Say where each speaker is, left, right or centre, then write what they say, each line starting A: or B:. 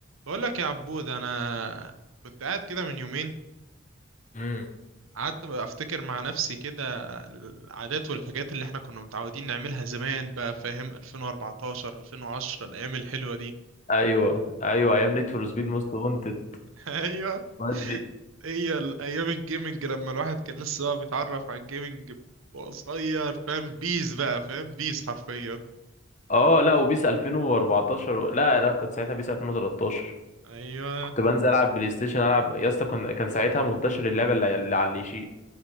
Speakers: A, on the right (about 75°); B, on the left (about 35°).
A: بقول لك يا عبود انا كنت قاعد كده من يومين
B: امم
A: قعدت بقى افتكر مع نفسي كده العادات والحاجات اللي احنا كنا متعودين نعملها زمان بقى فاهم 2014 2010 الايام الحلوة دي
B: ايوه ايوه ايام نيد فور سبيد موست وانتد
A: <laughs> ايوه
B: ودي
A: هي الايام الجيمنج لما الواحد كان لسه بقى بيتعرف على الجيمنج وهو صغير فاهم بيز بقى فاهم بيز حرفيا
B: اه لا وبيس 2014 و... لا لا كنت ساعتها بيس 2013
A: ايوه
B: كنت بنزل العب بلاي ستيشن العب يا اسطى كن... كان ساعتها منتشر اللعبه اللي, اللي على اللي يشيل